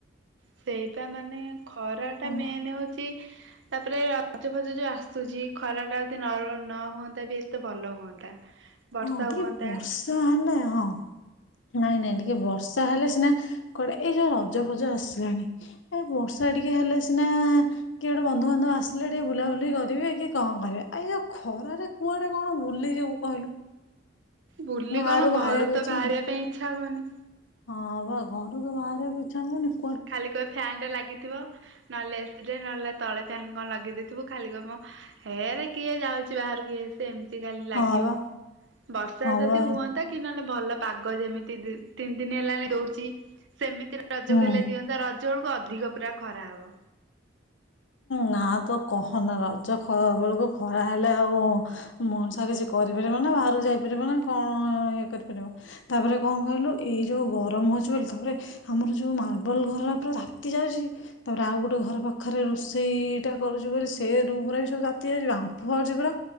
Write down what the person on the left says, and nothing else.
ହଁ
ବା
ହଁ ଟିକେ
ବର୍ଷା ହେଲେ ହଁ ନାଇଁ ନାଇଁ ଟିକେ ବର୍ଷା ହେଲେ ସିନା କୁଆଡେ ଏଇ ଯୋଉ ରଜ ଫଜ ଆସିଲାଣି ଏ ବର୍ଷା ଟିକେ ହେଲେ ସିନା କିଏ ଗୋଟେ ବନ୍ଧୁବାନ୍ଧବ ଆସିଲେ ଟିକେ ବୁଲାବୁଲି କରିବେ କିଏ କଣ କରିବେ ଏଇ ଯୋଉ ଖରାରେ କୁଆଡେ କଣ ବୁଲି ଯିବୁ କହିଲୁ।
ବାହାରୁ
ବାହାରିବାକୁ
ଇଚ୍ଛା
ହଉନି।
ହଁ ବା ଘରୁ ତ ବାହାରିବାକୁଛାଣିବନି
ହଁ ବା
ହଁ
ବା
ହୁଁ
ନା ତୁ କହନା ରଜ ବେଳକୁ ଖରା ହେଲେ ଆଉ ମଣିସ କିଛି କରିପାରିବ ନା ବାହହାରକୁ ଯାଇପାରିବ ନା କଣ ଇଏ କରିପାରିବ ତାପରେ କଣ କହିଲୁ ଏଇ ଯୋଉ ଗରମ ହଉଛି ବୋଲି ତାପରେ ଆମର ଯୋଉ ମାର୍ବଲ ଘର ପୁରା ତାତି ଯାଉଛି ତାପରେ ଆଉ ଗୋଟେ ଘର ପାଖରେ ରୋସେଇ ଟା କରୁଛି ବୋଲି ସେ ରୁ୍ମରେ ବି ସବୁ ତାତି ଯାଉଛି ବାମ୍ଫ ବାହାରୁଛି ପୁରା